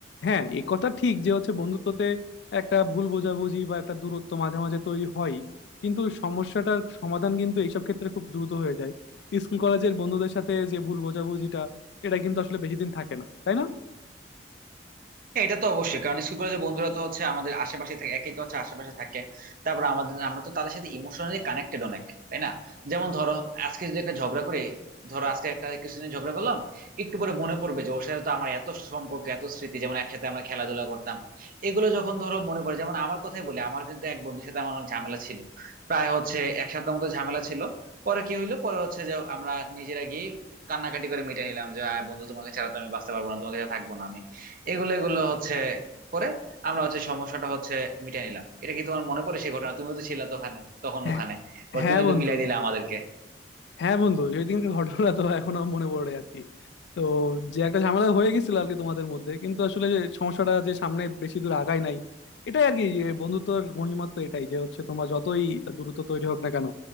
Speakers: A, on the left; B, on the right.
A: হ্যাঁ এ কথা ঠিক যে হচ্ছে বন্ধুত্বতে একটা ভুল বোঝাবুঝি বা একটা দূরত্ব মাঝে মাঝে তৈরি হয় কিন্তু সমস্যাটার সমাধান কিন্তু এইসব ক্ষেত্রে খুব দ্রুত হয়ে যায় স্কুল কলেজের বন্ধুদের সাথে যে ভুল বোঝাবুঝিটা এটা কিন্তু আসলে বেশি দিন থাকে না তাই না
B: হ্যাঁ, এটা তো অবশ্যই কারণ স্কুল কলেজের বন্ধুরা তো হচ্ছে আমাদের আশেপাশে থাকে একই তো হচ্ছে আশেপাশে থাকে তারপর আমাদের আমরা তো তাদের সাথে ইমোশনালি কানেক্টেড অনেক তাই না যেমন ধরো আজকে যদি একটা ঝগড়া করে ধরো আজকে একটা কিছুদিন ঝগড়া করলাম একটু পরে মনে পড়বে যে ওর সাথে তো আমার এত সম্পর্ক এত স্মৃতি যেমন একসাথে আমরা খেলাধুলা করতাম এগুলো যখন ধরো মনে পড়ে যেমন আমার কথাই বলি আমার কিন্তু এক বন্ধুর সাথে আমার অনেক ঝামেলা ছিল প্রায় হচ্ছে এক সপ্তাহ মতো ঝামেলা ছিল পরে কি হইলো পরে হচ্ছে যে আমরা নিজেরা গিয়ে কান্নাকাটি করে মিটে নিলাম যে "আয় বন্ধু তোমাকে ছাড়া তো আমি বাঁচতে পারবো না তোমাকে ছাড়া থাকবো না আমি এগুলো এগুলো হচ্ছে করে আমরা হচ্ছে সমস্যাটা হচ্ছে মিটাই নিলাম এটা কি তোমার মনে পড়ে সেই ঘটনা তুমিও তো ছিলা তো ওখানে তখন
A: হ্যাঁ
B: ওখানে পরে
A: হ্যাঁ
B: তুমি
A: বন্ধু
B: তো মিলাই দিলে আমাদেরকে
A: হ্যাঁ বন্ধু ওই দিনকার ঘটনা তো এখনো মনে পড়ে আর কি তো যে একটা ঝামেলা হয়ে গেছিল আর কি তোমাদের মধ্যে কিন্তু আসলে যে সমস্যাটা যে সামনে বেশি দূর আগায় নাই এটাই আর কি যে বন্ধুত্বর মহিমা তো এটাই যে হচ্ছে তোমার যতই দূরত্ব তৈরি হোক না কেন